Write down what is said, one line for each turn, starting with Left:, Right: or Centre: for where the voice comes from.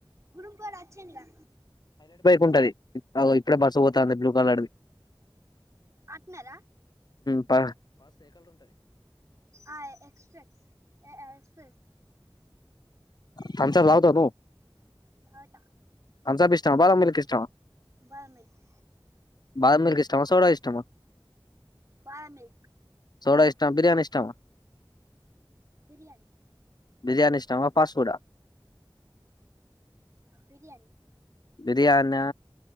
Right: గుడుబ రాచ్చనిగా
Left: ంటది ఇప్పుడే బరుస పోతాంది బ్లూ కలర్ది
Right: అట్నార
Left: ప
Right: ఆ ఎప్రెస్ ఎ్రెస్
Left: థంబ్స్ అప్ తాగుతావా నువ్వు
Right: తాగుత్తా
Left: రంసాప్ ఇష్టం బాదం మలిక్ ఇష్టం
Right: బాదం మిల్క్
Left: బాదాం మిల్క్ ఇష్టష్టమా సోడ అమా
Right: బాదాం మిల్క్
Left: సోడా ఇష్టం బర్యాణి ఇష్టమా
Right: బిర్యానీ
Left: బిర్యానీ చమపాసువడా
Right: బిర్యానీ
Left: బిర్యానా